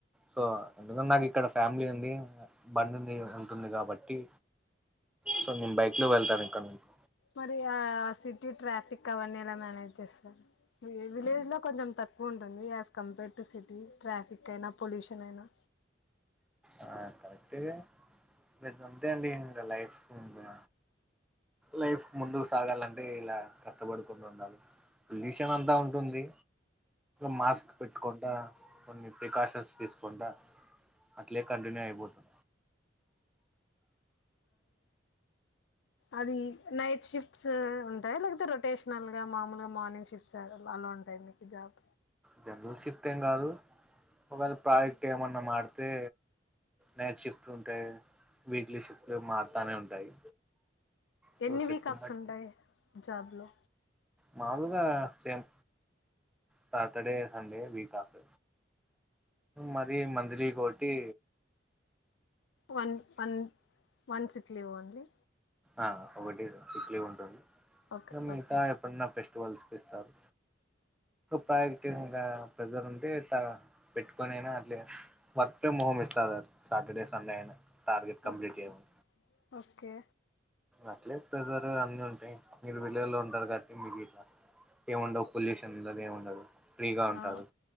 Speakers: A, in the centre; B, on the left.
A: సో ఎందుకన్ నాక్ ఇక్కడ ఫ్యామిలీ ఉంది బండి ఉంది ఉంటుంది కాబట్టి సో నేను బైక్ లో వెళ్తాను ఇక్కడ నుంచి
B: మరి ఆ సిటీ ట్రాఫిక్ అవన్నీ ఇలా మ్యానేజ్ చేస్తారు విలేజ్లో కొంచెం తక్కువ ఉంటుంది as compare to city traffic అయినా పొల్యూషన్ అయినా
A: ఆ కరెక్ట్గా లేంతే అండి ఇంకా లైఫ్ ఇంకా లైఫ్ ముందుకు సాగాలంటే ఇలా కష్టపడుకుంటూ ఉండాలి పొల్యూషన్ అంతా ఉంటుంది మాస్క్ పెట్టుకుంటా కొన్ని ప్రికాషన్స్ తీసుకుంటా అట్లే కంటిన్యూ అయిపోతు
B: అది నైట్ షిఫ్ట్స్ ఉంటాయి లేకపోతే రొటేషనల్గా మామూలుగా మార్నింగ్ షిఫ్ట్స్ అలా ఉంటాయి మీకు జాబ్
A: జనరల్ షిఫ్ట్ ఏం కాదు ఒకవేళ ప్రాజెక్ట్ ఏమన్నా మారితే నైట్ షిఫ్ట్ ఉంటాయి వీక్లీ షిఫ్ట్ మారుతానే ఉంటాయి సో
B: ఎన్ని
A: షిఫ్ట్ని
B: వీకప్స్ ఉంటాయి జాబ్లో
A: మాముూలుగా సేమ్ సాటర్డే సండే వీకాఫ్ మరి మంత్ శ్రీికటి
B: one one one sick clay only
A: ఆ ఒకటి సిక్లీవ్ ఉంటుంది
B: ఓకే
A: న మీతా
B: ఓకే
A: ఎప్పుడున్న ఫెస్ట్ వసిపిస్తారు ప్రటి ప్రజర్ ఉంటే ఇలా పెట్టుకొనియినా లే work from home is Saturday Sunday అయినా టార్గెట్ కంప్లీట్
B: ఓకే
A: చేయమని
B: ఓకే
A: అట్లే ప్రేజరు అన్నీ ఉంటాయి మీరు విలెజ్ లో ఉంటారు కాబట్టి మకు ఇట్లా ఏమ్ ఉండవు పొల్యూషన్ ఇ ఏమి ఉండదు ఫ్రీగా ఉంటారు
B: ఆ